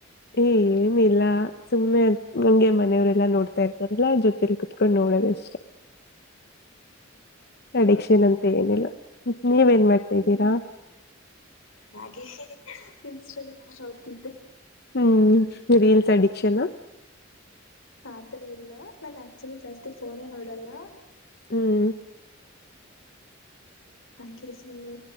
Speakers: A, on the left (about 50°); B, on the left (about 85°).
A: ಏ ಏನಿಲ್ಲ ಸುಮ್ಮ್ನೆ ಹಂಗೆ ಮನೆಯವರೆಲ್ಲಾ ನೋಡ್ತಾ ಇದರ್ತಾರಲ್ಲಾ ಜೊತೆ ತಿಲುಕತ್ಕೊಂಡ ನೋಡದ ಇಷ್ಟ ಅಡಿಕ್ಷನ್
B: ನೋಡ್ತೀರಾ
A: ಅಂತ ಏನಿಲ್ಲ ನೀವೇನ್ ಮಾಡ್ತಾದ್ದೀರಾ
B: ಹಾಗೆ ಇನ್ಸ್ಟಾಗ್ರಾಮ್ ನೋಡ್ತಿದ್ದೆ.
A: ಹ್ಮ್ ರೀಲ್ಸ್ ಅಡಿಕ್ಷನ್
B: ಆತರ ಇಲ್ಲ ನನ್ ಆಕ್ಚುಲಿ ಜಾಸ್ತಿ ಫೋನೇ ನೋಡಲ್ಲ
A: ಹ್ಮ್
B: ಹಂಗೆ ಸುಮ್ಮನೆ